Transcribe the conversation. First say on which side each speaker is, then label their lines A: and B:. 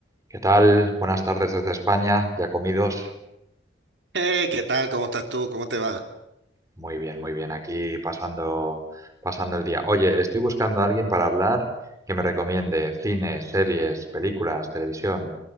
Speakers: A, on the right (about 20°); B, on the right (about 75°).
A: ¿Qué tal? Buenas tardes desde España. ¿Ya comidos?
B: Eh, ¿qué tal? ¿Cómo estás tú? ¿Cómo te va?
A: Muy bien, muy bien. Aquí pasando, pasando el día. Oye, estoy buscando a alguien para hablar que me recomiende cine, series, películas, televisión.